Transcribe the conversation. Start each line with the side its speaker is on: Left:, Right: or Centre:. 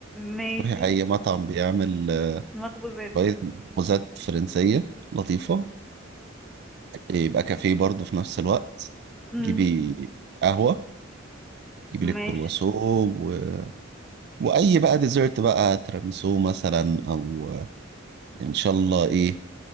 Centre: ماشي
Right: تروحي أي مطعم بيعمل آه،
Centre: مخبوزات بقى
Right: شوية مخبوزات فرنسية لطيفة يبقى كافيه برضه في نفس الوقت
Centre: مم.
Right: جيبي قهوة جيبي
Centre: ماشي
Right: لك كرواسو و... وأي بقى ديزرت بقى تيراميسو مثلا أو آه، إن شاء الله إيه